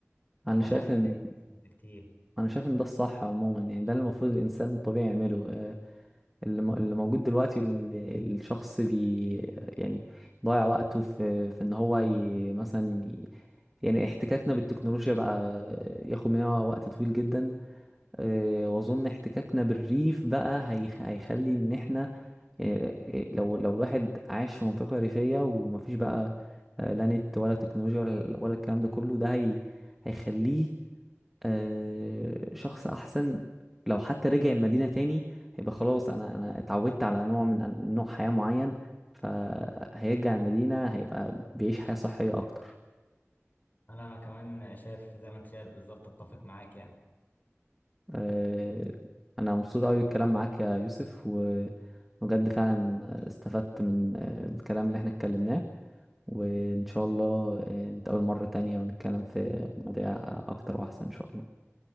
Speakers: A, on the left; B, in the centre.
A: عامة
B: انا شايف
A: هتلاقي
B: ان
A: كتير
B: انا شايف ان ده الصح عموما يعني ده اللي المفروض الانسان الطبيعي يعمله آه، اللي م- اللي موجود دلوقتي ال- الشخص بي يعني ضيع وقته في في ان هو ي... مثلا ي... يعني احتكاكنا بالتكنولوجيا بقى ياخد مننا وقت طويل جدا آه، واظن احتكاكنا بالريف بقى هيخ... هيخلي ان احنا آه، آه، لو لو الواحد عايش في منطقة ريفية ومفيش بقى آه، لا نت ولا تكنولوجيا ولا ولا الكلام ده كله ده هي... هيخليه آه، شخص احسن لو حتى رجع المدينة تاني هيبقى خلاص انا انا اتعودت على نوع من أن- نوع حياة معين فهيرجع المدينة هيبقى بيعيش حياة صحية اكتر
A: أنا كمان شايف زي ما أنت شايف بالظبط أتفق معاك يعني
B: آه، انا مبسوط قوي بالكلام معاك يا يوسف وبجد فعلا استفدت من آه، الكلام اللي احنا اتكلمناه وان شاء الله آه، نتقابل مرة تانية ونتكلم في مواضيع اكتر واحسن ان شاء الله